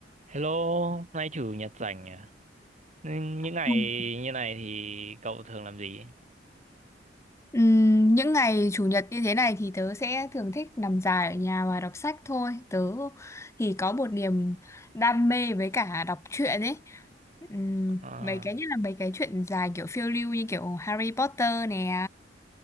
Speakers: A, on the right; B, on the left.
A: Hello, nay chủ nhật rảnh à? Ừ, Những ngày
B: Không.
A: như này thì cậu thường làm gì?
B: Ừm, những ngày chủ nhật như thế này thì tớ sẽ thường thích nằm dài ở nhà và đọc sách thôi. Tớ thì có một niềm đam mê với cả đọc truyện ấy. Ừm,
A: À,
B: mấy cái nhất là mấy cái truyện dài kiểu phiêu lưu như kiểu Harry Potter nè.